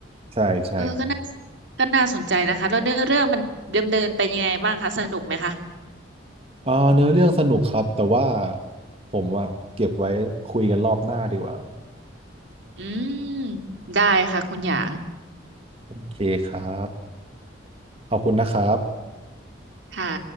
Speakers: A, on the right; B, on the right.
A: ใช่ใช่
B: เออก็น่าก็น่าสนใจนะคะแล้วเนื้อเรื่องมันเดิมเดินเป็นยังไงบ้างคะสนุกไหมคะ
A: เออเนื้อเรื่องสนุกครับแต่ว่าผมอะเก็บไว้คุยกันรอบหน้าดีกว่า
B: อืมได้ค่ะคุณหยาง
A: โอเคครับขอบคุณนะครับ
B: ค่ะ